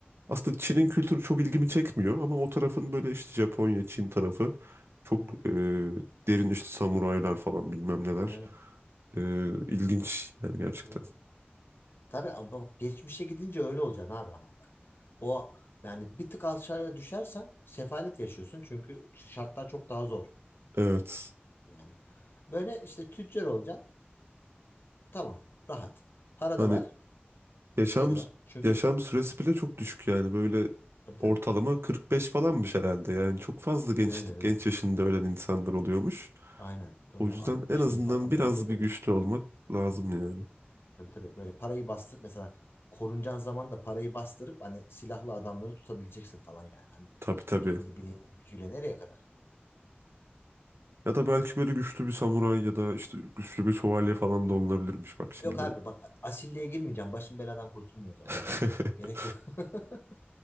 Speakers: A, on the right (about 90°); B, on the left (about 70°).
A: aslında Çin'in kültürü çok ilgimi çekmiyor ama o tarafın böyle işte Japonya, Çin tarafı çok
B: Hı hı.
A: e, derin işte samuraylar falan bilmem neler.
B: Evet.
A: E, ilginç yani gerçekten.
B: Güzel olur. Tabii ama bak geçmişe gidince öyle olacaksın abi ama bak. O yani bir tık aşağıya düşersen sefalet yaşıyorsun çünkü ş- şartlar çok daha zor.
A: Evet.
B: Ş- Yani böyle işte tüccar olacaksın. Tamam. Rahat. Para
A: Hani
B: da var.
A: yaşam
B: Şey de var. Çünkü
A: yaşam süresi bile çok düşük yani böyle
B: tabii tabii.
A: ortalama 45 falanmış herhalde. Yani çok fazla genç
B: Öyle öyle.
A: genç yaşında ölen insanlar oluyormuş.
B: Aynen. Öyle
A: O yüzden
B: 60'ını
A: en azından
B: falan
A: biraz
B: nerede görüyorsun?
A: bir güçlü olmak lazım yani.
B: Tabii tabii. Böyle parayı bastırıp mesela korunacağın zaman da parayı bastırıp hani silahlı adamları tutabileceksin falan yani. Hani
A: Tabii tabii.
B: kendi bileğinin gücüyle nereye kadar?
A: Ya da belki böyle güçlü bir samuray ya da işte güçlü bir şövalye falan da olunabilirmiş bak şimdi.
B: Yok abi bak asilliğe girmeyeceğim. Başım beladan kurtulmuyor o zaman.
A: <laughs>
B: Gerek yok. <laughs>